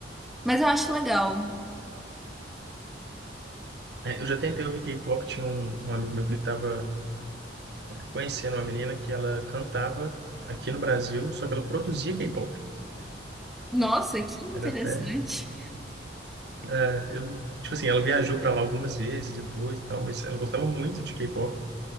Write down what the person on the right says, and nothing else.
Eh, eu já tentei ouvir K-pop, tinha um, um amigo meu que ele tava conhecendo uma menina que ela cantava aqui no Brasil, só que ela produzia K-pop.
Era até, eh, eu, tipo assim, ela viajou para lá algumas vezes depois e tal, mas ela gostava muito de K-pop.